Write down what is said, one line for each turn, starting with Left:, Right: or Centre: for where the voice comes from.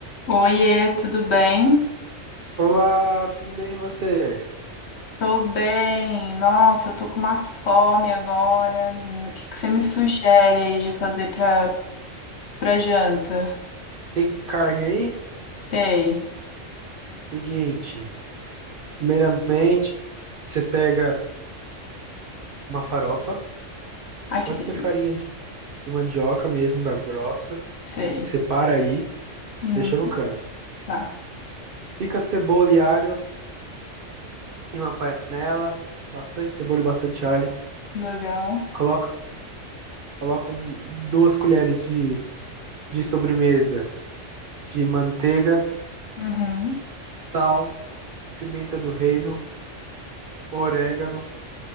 Left: Oiê, tudo bem?
Right: Olá, tudo bem e você?
Left: Tô bem. Nossa, eu tô com uma fome agora, menino. O que que você me sugere aí de fazer pra, pra janta?
Right: Tem carne aí?
Left: Sei.
Right: Seguinte, primeiramente, você pega uma farofa,
Left: Ai,
Right: pode
Left: que delícia.
Right: ser farinha de de mandioca mesmo, da grossa,
Left: Sei.
Right: separa aí,
Left: Hum,
Right: deixa no canto.
Left: tá.
Right: Pica cebola e alho em uma panela, bastante cebola e bastante alho.
Left: Legal.
Right: Coloca, coloca um- duas colheres de, de sobremesa de manteiga,
Left: Uhum.
Right: sal, pimenta do reino, orégano